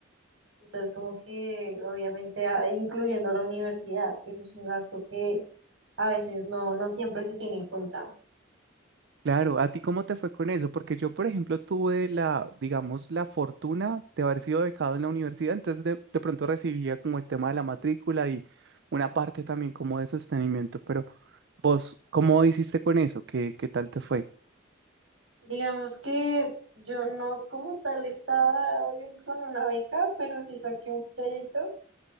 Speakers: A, on the right; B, on the right.
A: Entonces, como que obviamente a- incluyendo la universidad, que eso es un gasto que a veces no, no siempre se tiene en cuenta.
B: Claro, ¿a ti cómo te fue con eso? Porque yo, por ejemplo, tuve la, digamos, la fortuna de haber sido becado en la universidad, entonces de, de pronto recibía como el tema de la matrícula y una parte también como de sostenimiento, pero vos, ¿cómo hiciste con eso? ¿Qué, qué tal te fue?
A: Digamos que yo no como tal estaba con una beca, pero sí saqué un crédito.